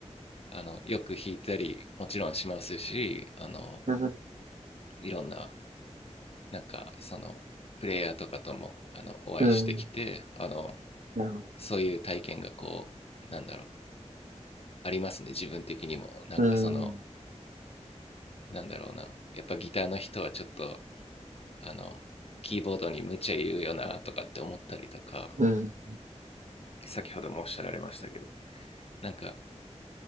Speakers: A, on the left; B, on the right.
A: あの、よく弾いたり、もちろんしますし、あの、
B: うん、
A: いろんな、なんか、その、プレイヤーとかとも、あの、お会いしてきて、
B: うん、
A: あの、
B: なるほど。
A: そういう体験がこう、なんだろう、ありますね。自分的にも。なんかその、
B: うん、
A: なんだろうなやっぱギターの人はちょっとあのキーボードに無茶言うよなとかって思ったりとか
B: うん、
A: 先ほどもおっしゃられましたけどなんか